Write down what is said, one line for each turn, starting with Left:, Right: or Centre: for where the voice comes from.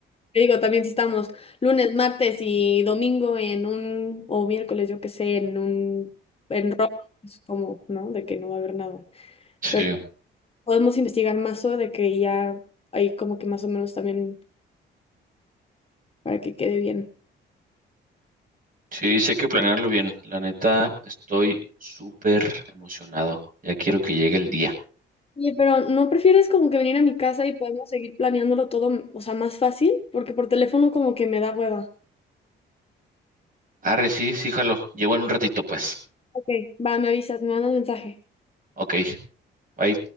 Left: Te digo, también si estamos lunes, martes y domingo en un, o miércoles, yo qué sé, en un, en rock, es como, ¿no? De que no va a haber nada.
Right: Sí,
Left: Pero podemos investigar más sobre de que ya hay como que más o menos también para que quede bien.
Right: sí, sí hay que planearlo bien. La neta, estoy súper emocionado. Ya quiero que llegue el día.
Left: Oye, pero ¿no prefieres como que venir a mi casa y podemos seguir planeándolo todo, o sea, más fácil? Porque por teléfono como que me da hueva.
Right: Arre, sí, sí, jalo. Llevo en un ratito, pues.
Left: Ok, va, me avisas, me mandas mensaje.
Right: Ok, ahí